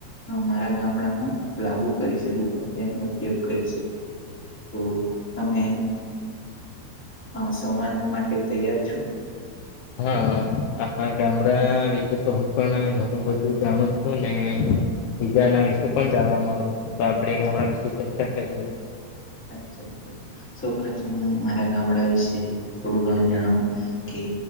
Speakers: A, in the centre; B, on the left.
A: મારા ગામડામાં લાગુ કરી શકું તે એનો ઉપયોગ કરી શક તો તમે આ સંવાદ માટે તૈયાર છો
B: હા હા ગામડા વિશે તો હું પણ ઘું બધું જાણું છું ને બીજાના વિશે પણ જાણવામાં આવ હતું તો આપડે ગામડા વિશે ચર્ચા કરીએ
A: અચ્છા તો સૌપથમ હું મારા ગામડા વિશે થોડું ઘણું જણાવ કે